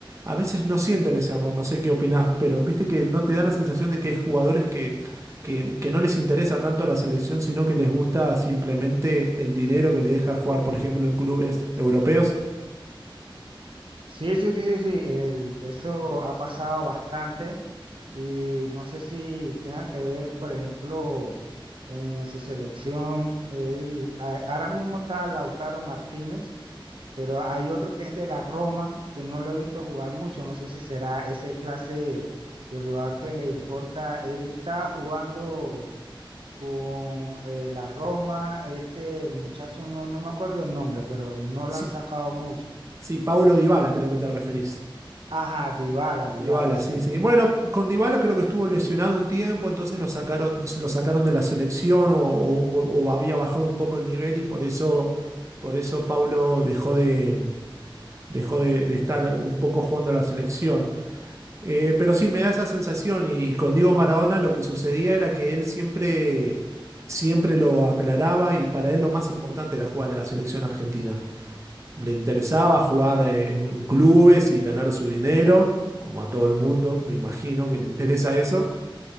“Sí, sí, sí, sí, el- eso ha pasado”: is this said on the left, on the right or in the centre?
Right